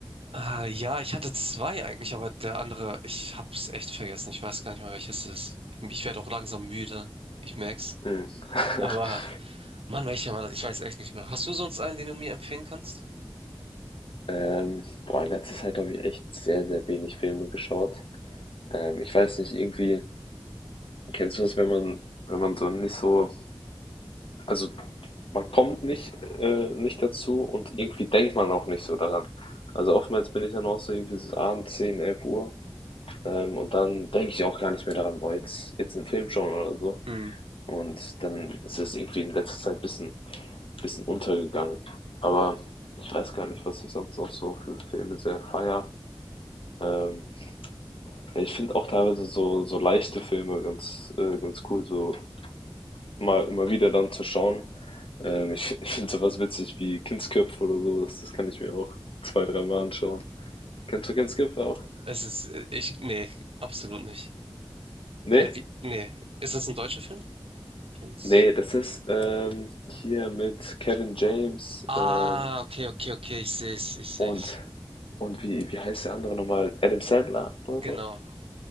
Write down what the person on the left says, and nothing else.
Mhm. <laughs>
Ähm, boah, in letzter Zeit habe ich echt sehr, sehr wenig Filme geschaut. Ähm, ich weiß nicht, irgendwie, kennst du das, wenn man, wenn man so nicht so, also man kommt nicht, äh, nicht dazu und irgendwie denkt man auch nicht so daran. Also oftmals bin ich dann auch so irgendwie so abends 10, 11 Uhr, ähm, und dann denke ich auch gar nicht mehr daran, boah, jetzt, jetzt einen Film schauen oder so.
Und dann ist es irgendwie in letzter Zeit ein bisschen, bisschen untergegangen. Aber ich weiß gar nicht, was ich sonst noch so für Filme sehr feier. Ähm, ja, ich finde auch teilweise so, so leichte Filme ganz, äh, ganz cool, so mal immer wieder dann zu schauen. Ähm, ich ich finde sowas witzig wie Kindsköpfe oder sowas, das kann ich mir auch zwei, dreimal anschauen. Kennst du Kindsköpfe auch?
Nee?
Nee, das ist ähm, hier mit Kevin James,
ähm,
Und und wie wie heißt der andere noch mal? Adam Sandler oder
so?